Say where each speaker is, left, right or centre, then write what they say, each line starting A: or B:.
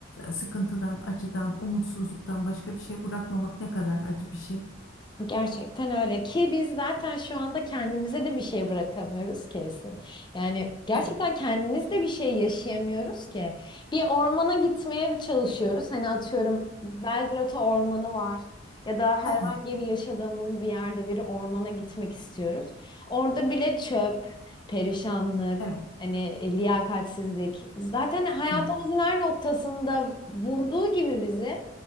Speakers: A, on the left; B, on the left.
A: sıkıntıdan, acıdan, umutsuzluktan başka bir şey bırakmamak ne kadar acı bir şey.
B: Gerçekten öyle ki biz zaten şu anda kendimize de bir şey bırakamıyoruz kesin. Yani gerçekten
A: Evet.
B: kendimiz de bir şey yaşayamıyoruz ki. Bir ormana gitmeye çalışıyoruz. Hani atıyorum Belgrata Ormanı var ya da herhangi
A: Ha ha.
B: bir yaşadığımız bir yerde bir ormana gitmek istiyoruz. Orada bile çöp, perişanlık,
A: Evet.
B: hani e, liyakatsizlik zaten hayatımızın
A: Evet.
B: her noktasında vurduğu gibi bizi